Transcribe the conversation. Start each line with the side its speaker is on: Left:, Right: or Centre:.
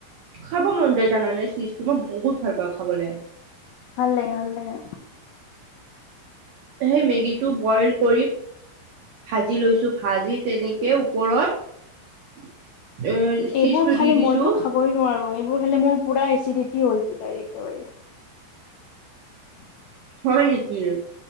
Right: খাব মন যায় জানা নাই চিজ মই বহুত ভাল পাওঁ খাবলৈ।
Left: ভাল লাগে, ভাল লাগে।
Right: সেই মেগীটো বইল কৰি ভাজি লৈছো ভাজি তেনেকে ওপৰত। এ চীজটো
Left: এইবোৰ খালে
Right: দি দিছো
Left: মইতো খাবই নোৱাৰোঁ এইবোৰ খালে মোৰ পুৰা এচিডিটি হৈ যায় একেবাৰে। <inaudible>
Right: হয় নেকি?